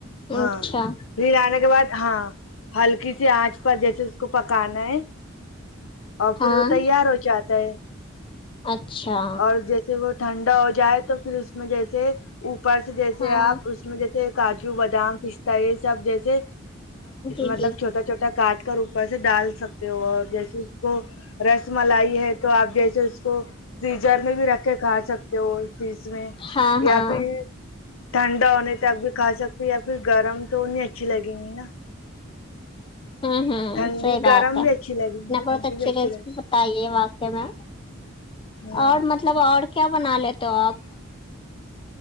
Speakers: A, on the left; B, on the left.
A: ہاں
B: اچھا
A: ہلانے کے بعد ہاں ہلکی سی آنچ پر جیسے اس کو پکانا ہے اور پھر
B: ہاں
A: وہ تیار ہو جاتا ہے
B: اچھا
A: اور جیسے وہ ٹھنڈا ہو جائے تو پھر اس میں جیسے اوپر سے جیسے
B: ہاں
A: آپ اس میں جیسے کاجو بادام پستتا یہ سب جیسے
B: جی
A: مطلب
B: جی
A: چھوٹا چھوٹا کاٹ کر اپر سے ڈال سکتے ہو اور جیسے اس کو رس ملائی ہے تو آپ جیسے اس کو فریجر میں بھی رکھ کے کھا سکتے ہو فریج میں
B: ہاں ہاں
A: یا پھر ٹھنڈا ہونے تک بھی کھا سکتے یا پھر گرم تو اننی اچھی لگیں گی نا
B: <inaudible> ہوں
A: ٹھنڈی
B: صحیح بات
A: گرم
B: ہے
A: بھی اچھی لگے گی
B: نے بہت
A: ٹھنڈی
B: اچھی
A: بھی
B: ریسپی
A: لگے
B: بتائی ہے واقع میں
A: ہوں
B: اور مطلب اور کیا بنا لیتے ہو آپ